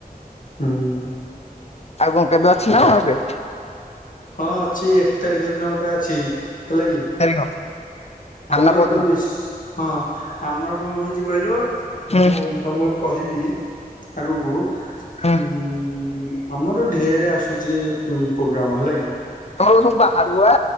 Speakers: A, on the left; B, on the left.
A: ହୁଁ।
B: ଆଉ କଣ କେବେ ଅଛି ନା କଣ ରେ।
A: ହଁ ଅଛି ଏକ ତାରିଖ ଦିନ ଗୋଟେ ଅଛି। ହେଲା କି।
B: ତାରିଖ କାଲି
A: ଆମର
B: ନା ପରଦିନ?
A: ତ ମିସ୍ ହଁ ଆମର କଣ ହେଇଛି କହିଲ
B: ହୁଁ
A: ମୁଁ ତମକୁ କହିବି ଆଗକୁ।
B: ହୁଁ
A: ହଁ ଆମର ଢେରେ ଆସୁଛି ପୋଗ୍ରାମ ହେଲା କି।
B: ତମର ସବୁ ବାହରୁ ଆ